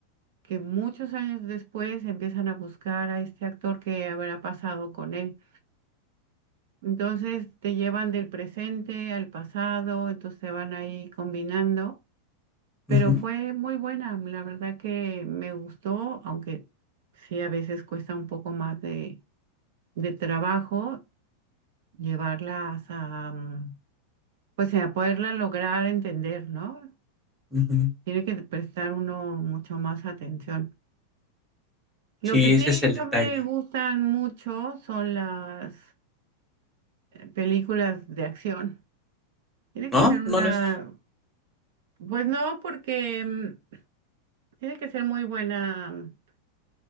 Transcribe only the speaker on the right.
que muchos años después empiezan a buscar a este actor que habrá pasado con él. Entonces te llevan del presente al pasado, entonces te van ahí combinando. Pero
fue muy buena, la verdad que me gustó, aunque sí a veces cuesta un poco más de, de trabajo llevarlas a, mm, pues a poderla lograr entender, ¿no?
Tiene que prestar uno mucho más atención. Lo
que sí
no me gustan mucho son las eh, películas de acción. Tiene que
ser una,
pues no, porque mm, tiene que ser muy buena mm,